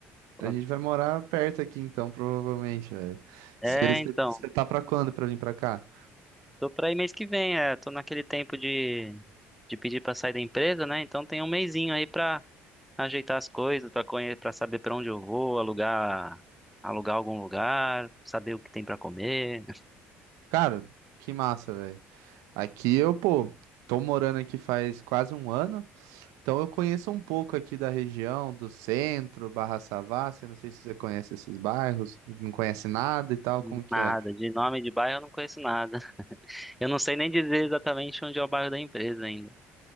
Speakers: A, in the centre; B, on the right.
A: Pô,
B: a gente vai morar perto aqui então, provavelmente, velho.
A: É,
B: Você
A: então,
B: tá pra quando pra vir pra cá?
A: tô pra ir mês que vem, é, tô naquele tempo de, de pedir pra sair da empresa, né? Então tem um mesinho aí pra ajeitar as coisas, pra conhecer, para saber pra onde eu vou, alugar, alugar algum lugar, saber o que tem pra comer.
B: Cara, que massa, velho. Aqui eu, pô, tô morando aqui faz quase um ano, então eu conheço um pouco aqui da região, do centro, Barra Savassi, eu não sei se você conhece esses bairros, não conhece nada e tal,
A: <laughs>
B: como que
A: Nada,
B: é?
A: de nome de bairro eu não conheço nada. <laughs> Eu não sei nem dizer exatamente onde é o bairro da empresa ainda.